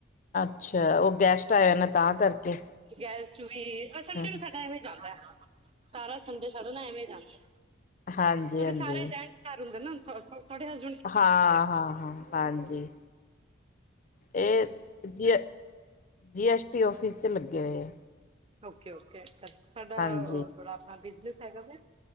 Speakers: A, on the left (about 40°); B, on the right (about 30°).
A: ਅੱਛਾ ਉਹ ਗੈਸਟ ਆਇ ਹੋਏ ਨੇ ਤਾਂ ਕਰਕੇ?
B: ਗੈਸਟ ਵੀ
A: ਹਾਂ ਹਾਂ
B: ਇਵੇਂ ਜਾਂਦਾ ਸਾਰਾ ਸੰਡੇ ਨਾ ਸਾਡਾ ਐਵੇਂ ਜਾਂਦਾ
A: ਹਾਂਜੀ
B: ਕਿਉਂਕਿ
A: ਹਾਂਜੀ
B: ਸਾਰੇ ਗੈਸਟ ਘਰ ਹੁੰਦੇ ਨੇ ਨਾ ਤੁਹਾਡੇ ਹਸ
A: ਹਾਂ ਹਾਂ ਹਾਂ ਹਾਂਜੀ। ਇਹ ਜੀ ਜੀ ਐਸ ਟੀ ਔਫਿਸ ਚ ਲੱਗੇ ਹੋਏ ਆ।
B: ਓਕੇ ਓਕੇ ਸਾਡਾ
A: ਹਾਂਜੀ
B: ਉਹ ਥੋੜਾ ਆਪਣਾ ਬਿਜਨਸ ਹੈਗਾ ਵੇ।